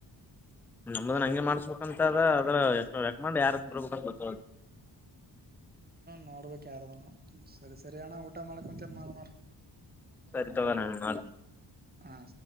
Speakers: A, in the centre; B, on the right.
A: ನ ಹಂಗೆ ಮಾಡಸ್ಬೇಕಂತ ಅದ ಅದ ರೆಕಂಡ್ ಯಾರ ಬರ್ಬೇಕಂತ ಗೊತ್ತ
B: ನೋಡ್ಬೇಕ ಯಾರದ ಸರಿ ಸರಿ ಅಣ್ಣ ಊಟ ಮಾಡಕ ಮುಂಚನ್ ಮಾಡ ಮಾಡ
A: ಸರಿ ಹಾ
B: ಆ